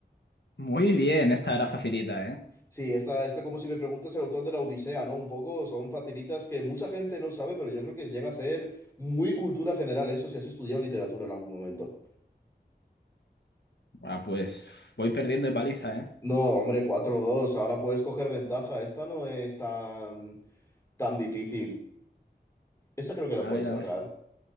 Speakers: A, on the left (about 85°); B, on the left (about 15°).
A: Muy bien, esta era facilita, ¿eh?
B: Sí, esta, este como si me preguntas el autor de la Odisea, ¿no? Un poco son facilitas que mucha gente no sabe, pero yo creo que llega a ser muy cultura general eso si has estudiado literatura en algún momento.
A: Ah, pues voy perdiendo de paliza, ¿eh?
B: No, hombre, cuatro dos. ahora puedes coger ventaja. Esta no es tan, tan difícil. Esta creo que la
A: A
B: puedes
A: ver,
B: sacar.
A: a ver.